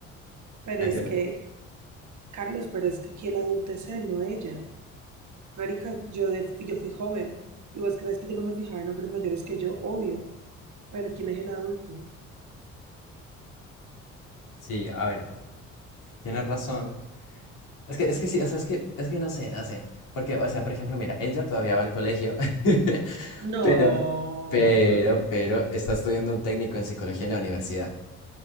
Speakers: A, on the right (about 45°); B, on the left (about 50°).
A: pero
B: ¿Entiendes?
A: es que, Carlos, pero es que aquí el adulto es él, no ella. Marica, yo, de, yo fui joven, y vos crees que yo no me fijaba en hombres mayores que yo, obvio, pero ¿quién es el adulto?
B: Sí, a ver, tienes razón. Es que, es que sí, o sea, es que, es que no sé, no sé. Porque, o sea, por ejemplo, mira, ella todavía va al colegio, <laughs>
A: No.
B: pero, pero,
A: <laughs>
B: pero está estudiando un técnico en psicología en la universidad.